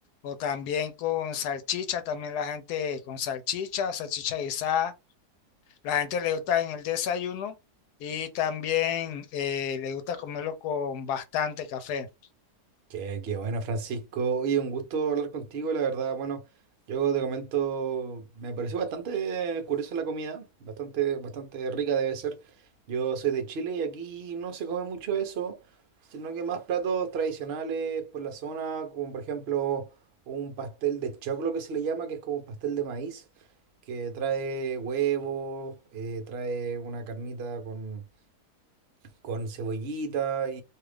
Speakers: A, on the left (about 80°); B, on the right (about 55°).
A: O también con salchicha, también la gente con salchicha, salchicha guisada la gente le gusta en el desayuno y también eh, le gusta comerlo con bastante café.
B: Qué, qué bueno, Francisco. Oye, un gusto hablar contigo, la verdad. Bueno, yo te comento, me pareció bastante curiosa la comida, bastante, bastante rica debe ser. Yo soy de Chile y aquí no se come mucho eso, sino que más platos tradicionales por la zona, como por ejemplo un pastel de choclo que se le llama, que es como un pastel de maíz, que trae huevo, eh, trae una carnita con con cebollita y,